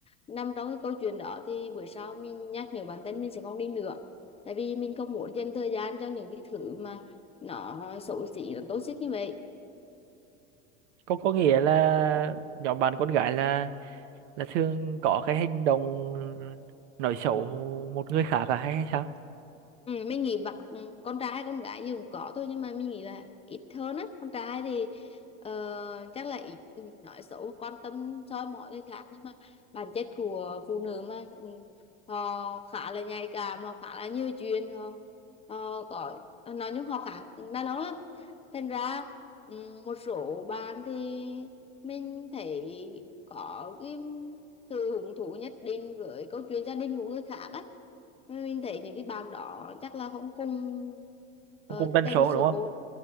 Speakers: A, on the left; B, on the right.
A: nằm trong cái câu chuyện đó thì buổi sau mình nhắc nhở bản thân mình sẽ không đi nữa tại vì mình không muốn dành thời gian cho những cái thứ mà nó xấu xí nó toxic như vậy
B: có có nghĩa là nhóm bạn con gái là là thường có cái hành động ờ, nói xấu một người khác à hay hay sao
A: Ừ, mình nghĩ bạn ừ, con trai hay con gái gì cũng có thôi nhưng mà mình nghĩ là ít hơn á con trai thì ờ, chắc là ít ừ, nói xấu quan tâm soi mói người khác nhưng mà bản chất của phụ nữ mà ừ, họ khá là nhạy cảm họ khá là nhiều chuyện họ, họ có nói chung họ khá đa đó lắm thành ra ừ, một số bạn thì mình thấy có cái sự hứng thú nhất định với câu chuyện gia đình của người khác á mình thấy những cái bạn đó chắc là không cùng
B: cũng
A: ờ,
B: cũng tần
A: tần
B: số
A: số
B: đúng không